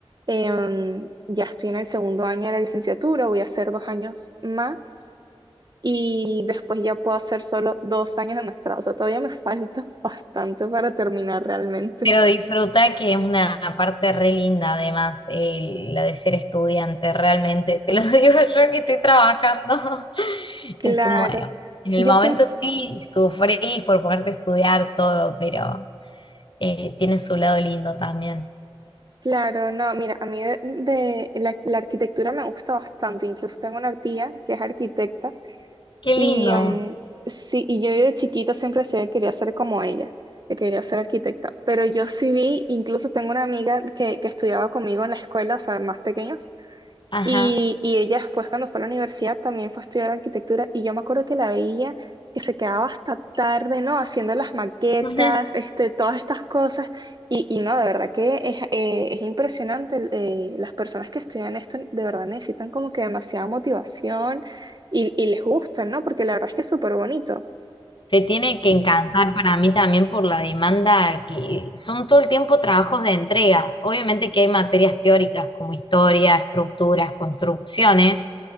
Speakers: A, on the right; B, on the left.
A: em, ya estoy en el segundo año de la licenciatura, voy a hacer dos años más y después ya puedo hacer solo dos años de maestrado, o sea, todavía me <laughs> falta bastante para terminar realmente.
B: Pero disfruta que es una parte re linda, además, el- la de ser estudiante, realmente. Te lo <laughs> digo yo que estoy trabajando <laughs>
A: Claro,
B: en su mo- En el
A: yo
B: momento
A: siento,
B: sí, sufrís por ponerte a estudiar todo, pero eh, tiene su lado lindo también.
A: claro, no, mira, a mí de, de la, la arquitectura me gusta bastante, incluso tengo una tía que es arquitecta.
B: Qué
A: Y
B: lindo.
A: em, sí, y yo de chiquita siempre decía que quería ser como ella, que quería ser arquitecta. Pero yo sí vi, incluso tengo una amiga que, que estudiaba conmigo en la escuela, o sea, más pequeños,
B: Ajá.
A: y, y ella después cuando fue a la universidad también fue a estudiar arquitectura y yo me acuerdo que la veía que se quedaba hasta tarde, ¿no? Haciendo las maquetas,
B: <laughs>
A: este, todas estas cosas. Y, y no, de verdad que es, eh, es impresionante. eh, las personas que estudian esto de verdad necesitan como que demasiada motivación y, y les gusta, ¿no? Porque la verdad es que es súper bonito.
B: Te tiene que encantar para mí también por la demanda que son todo el tiempo trabajos de entregas. Obviamente que hay materias teóricas como historia, estructuras, construcciones,